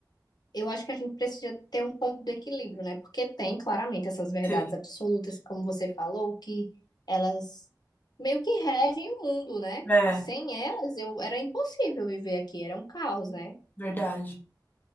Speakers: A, on the left (about 65°); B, on the left (about 25°).
A: eu acho que a gente precisa ter um ponto de equilíbrio, né? Porque tem claramente essas verdades
B: Sim,
A: absolutas, como você falou, que elas meio que regem o mundo, né?
B: é
A: Sem elas, eu era impossível viver aqui, era um caos, né?
B: verdade.